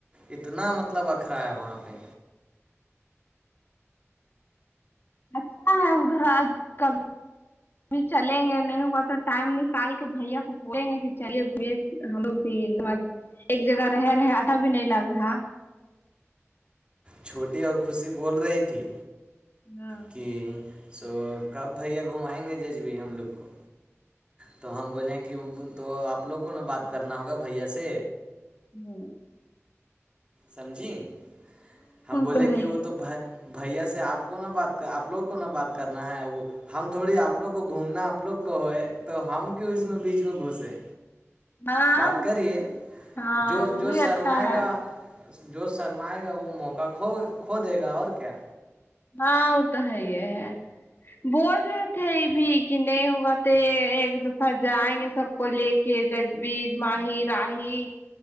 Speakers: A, on the right; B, on the left.
A: اتنا مطلب اکھرا ہے وہاں پہ
B: اچھا ہے ادھر ا کبھی ابھی چلیں گے نہیں ہوا تو ٹائم نکال کے بھیا کو بولیں گے کہ چلیے ہم لوگ بھی ایک دم ایک جگہ رہ رہے آٹا بھی نہیں لگ رہا
A: چھوٹی اور خوشی بول رہی تھی
B: ہاں
A: کہ سو کب بھیا گھومائیں گے ججوی ہم لوگ کو تو ہم بولے کہ یوں تو آپ لوگ کو نا بات کرنا ہوگا بھیا سے
B: ہاں
A: سمجھی ہم بولے
B: تو ہے
A: کہ
B: ہی
A: وہ تو بہ بھیا سے آپ کو نہ بات کر آپ لوگ کو نہ بات کرنا ہے وہ ہم تھوڑی آپ لوگ کو گھومنا آپ لوگ کو ہوئے تو ہم کیوں اس میں بیچ میں گھسے
B: ہاں
A: بات کرئیے
B: ہاں
A: جو
B: وہ
A: جو
B: بھی
A: سرمائے
B: اچھا ہے
A: گا جو سرمائے گا وہ موقع کھو کھو دے گا اور کیا
B: ہاں وہ تو ہے یہ ہے بول رہے تھے یہ بھی کہ نہیں ہوگا تو ایک دفعہ جائیں گے سب کو لے کے ججویز ماہی راہی